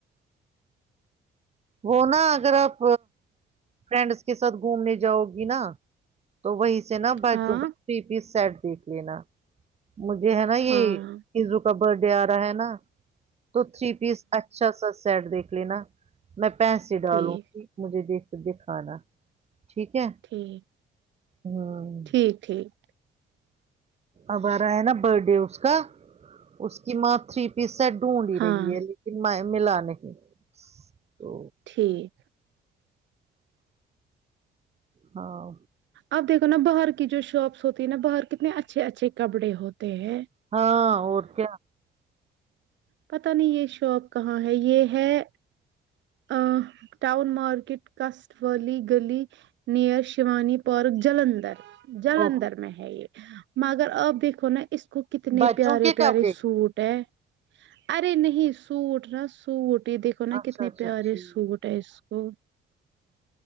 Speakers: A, on the right; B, on the right.
A: وہ نا اگر آپ فرینڈس کے ساتھ گھومنے جاؤ گی نا تو وہی سے نا بچوں
B: ہاں
A: پر تھری پیس سیٹ دیکھ لینا مجھے ہے نا یہ
B: ہاں
A: زرو کا برتھ ڈے آ رہا ہے نا تو تھری پیس اچھا سا سیٹ دیکھ لینا میں پیسے ڈالوں
B: ٹھیک
A: مجھے دیکھ دکھانا ٹھیک ہے
B: ٹھیک
A: ہوں
B: ٹھیک ٹھیک
A: ابارا ہے نا برت ڈے اس کا اس کی ماں تھری پیس ڈھونڈ ہی
B: ہاں
A: رہی ہے لیکن ملا نہیں تو
B: ٹھیک
A: ہاں
B: اب دیکھو نا باہر کی جو شاپس ہوتی ہے نا باہر کتنے اچھے اچھے کپڑے ہوتے ہیں
A: ہاں اور کیا
B: پت نہیں یہ شاپ کہاں ہے یہ ہے ا ٹؤن مارکیٹ کاسٹ والی گلی نییر شیوانی پارک جلندھر جلندر
A: او
B: میں ہے یہ مگر آپ دیکھو نا اس کو کتنے
A: بچوں
B: پیارے
A: کے
B: پیارے
A: کپڑے
B: سوٹ <inaudible> ارے نہیں سوٹ نا سوٹ یہ دیکھو نا
A: اچھا
B: کتنے
A: اچھا
B: پیارے
A: ٹھیک
B: سوٹ ہے اس کو